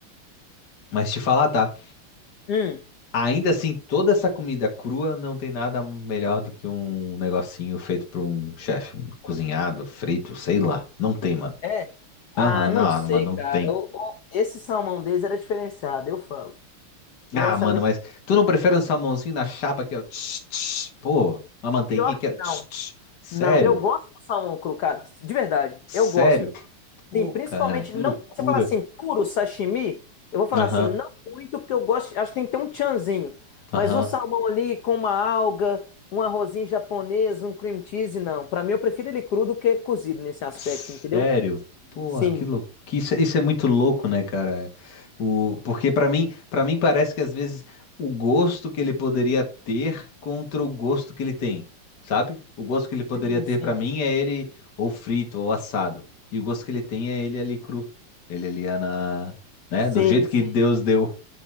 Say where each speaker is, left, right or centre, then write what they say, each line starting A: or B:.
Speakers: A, on the left; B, on the left.
A: Mas te falar, tá?
B: Hum,
A: Ainda assim, toda essa comida crua não tem nada melhor do que um negocinho feito por um chefe, um cozinhado, frito, sei lá. Não tem, mano.
B: é? Ah,
A: Aham,
B: não
A: não,
B: sei,
A: mano, não
B: cara.
A: tem.
B: Eu- eu- esse salmão deles era diferenciado, eu falo. Eu
A: Ah,
B: achava
A: mano,
B: tipo,
A: mas tu não prefere um salmãozinho na chapa que é o tch, tch? Pô, uma manteiguinha
B: pior
A: que
B: que
A: é tch,
B: não.
A: tch? Sério?
B: Não, eu gosto do salmão cru, cara. De verdade,
A: Sério?
B: eu gosto.
A: Pô,
B: Sim, principalmente
A: cara, que
B: não.
A: loucura.
B: Você fala assim, puro sashimi, eu vou falar
A: Aham,
B: assim, não muito, porque eu gosto. Acho que tem que ter um tchanzinho. Mas
A: aham.
B: um salmão ali com uma alga, um arrozinho japonês, um cream cheese, não. Pra mim, eu prefiro ele cru do que cozido nesse aspecto,
A: Sério?
B: entendeu?
A: Porra,
B: Sim,
A: que louco. Isso, é, isso é muito louco, né, cara? O, porque pra mim, para mim parece que às vezes o gosto que ele poderia ter contra o gosto que ele tem, sabe? O gosto que ele poderia
B: sim,
A: ter
B: sim.
A: pra mim é ele ou frito ou assado. E o gosto que ele tem é ele ali cru. Ele ali é na, né,
B: Sim,
A: do jeito que
B: sim.
A: Deus deu,